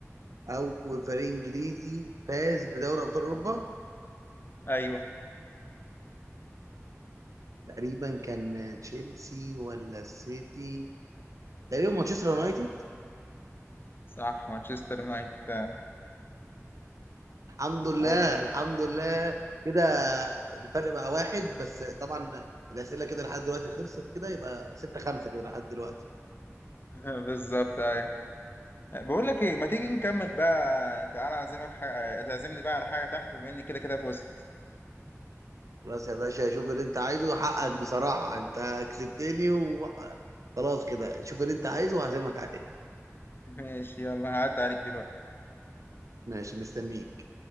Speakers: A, on the right; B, on the left.
A: أول فريق إنجليزي فاز بدوري أبطال أوروبا
B: ايوه
A: تقريبا كان تشيلسي ولا السيتي تقريبا مانشستر يونايتد
B: صح مانشستر يونايتد آه،
A: الحمد لله
B: أوه.
A: الحمد لله كده الفرق بقى واحد بس طبعا الأسئلة كده لحد دلوقتي خلصت كده يبقى ستة خمسة كده لحد دلوقتي
B: <laughs> بالظبط ايوه بقول لك ايه ما تيجي نكمل بقى تعالى اعزمك حاجة تعزمني بقى على حاجه تحت بما اني كده كده فزت
A: خلاص يا باشا شوف اللي انت عايزه حقك بصراحة انت كسبتني وخلاص كده شوف اللي انت عايزه وهعزمك عليه
B: <laughs> ماشي يلا هعدي عليك دلوقتي
A: ماشي مستنيك